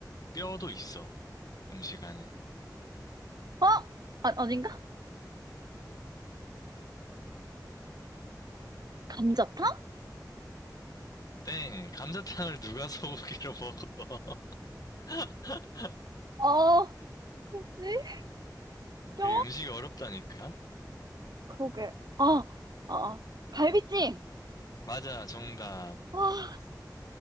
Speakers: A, on the left; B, on the right.
A: 뼈도 있어, 음식 안에.
B: 아! 아, 아닌가? 감자탕?
A: 땡, 감자탕을 누가 소고기로 먹어? <laughs>
B: 아, 뭐지? 뼈?
A: 그게 음식이 어렵다니까?
B: 그러게. 아, 아, 아. 갈비찜!
A: 맞아, 정답.
B: 와,